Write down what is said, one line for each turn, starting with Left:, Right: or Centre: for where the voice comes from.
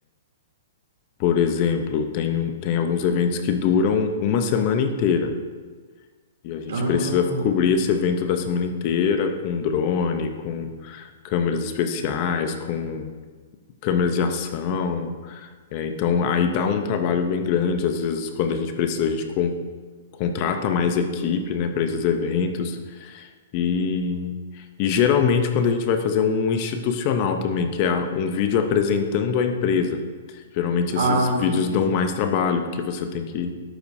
Left: Por exemplo, tem, um- tem alguns eventos que duram uma semana inteira. E a gente
Right: Ah,
Left: precisa cobrir esse evento da semana inteira com drone, com câmeras especiais, com câmeras de ação. É, então, aí dá um trabalho bem grande. Às vezes, quando a gente precisa, a gente com- contrata mais equipe, né, para esses eventos. E, e geralmente quando a gente vai fazer um institucional também, que é a- um vídeo apresentando a empresa. Geralmente
Right: ah,
Left: esses
Right: entendi.
Left: vídeos dão mais trabalho, porque você tem que